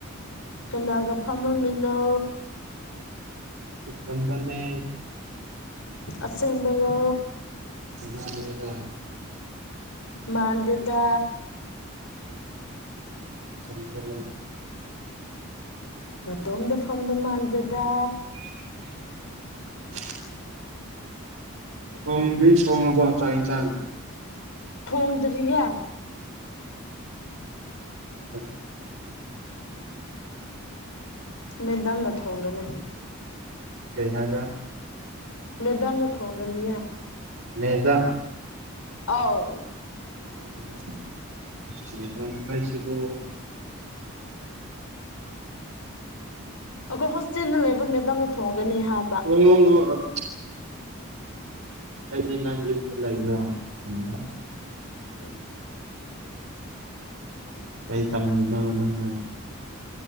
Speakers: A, on the left; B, on the right.
A: ꯀꯅꯥꯒ ꯐꯝꯃꯃꯤꯅꯣ
B: ꯏꯊꯟꯗꯟꯅꯦ
A: ꯑꯁꯦꯡꯕꯩꯔꯣ
B: ꯏ ꯃꯥꯅꯤꯗ
A: ꯃꯥꯟꯗꯦꯗ
B: ꯊꯟꯗ ꯂꯩ
A: ꯅꯥꯇꯣꯝꯗ ꯐꯝꯕ ꯃꯥꯟꯗꯗ
B: <inaudible> ꯁꯣꯡꯗꯤ ꯁꯕ ꯆꯁ
A: ꯊꯣꯡꯗꯔꯤꯌꯦ
B: ꯎ
A: ꯃꯗ ꯅ ꯊꯣꯡꯒꯅꯦ
B: ꯀꯩ ꯍꯥꯏꯒ
A: ꯃꯦꯗꯥꯅ ꯊꯣꯡꯒꯅꯤ ꯍꯥꯏ
B: ꯃꯦꯗꯥꯝ
A: ꯑꯥꯎ
B: ꯑꯣ ꯃꯦꯗꯥꯝ ꯄꯥꯏꯁꯤꯔꯣ
A: ꯑꯩꯈꯣꯏ ꯍꯣꯁꯇꯦꯜꯅ ꯂꯩꯕ ꯃꯦꯗꯥꯝꯅ ꯊꯣꯡꯉꯒꯅꯤ ꯍꯥꯏꯕ
B: ꯑꯣ ꯑꯣ ꯑꯣ ꯑꯩꯗꯤ ꯅꯪ ꯌꯨꯝꯗ ꯂꯩꯕ꯭ꯔꯥ ꯈꯟꯕ
A: ꯎꯝ
B: ꯀꯩ ꯇꯝꯂꯤꯅꯣ ꯅꯪꯅ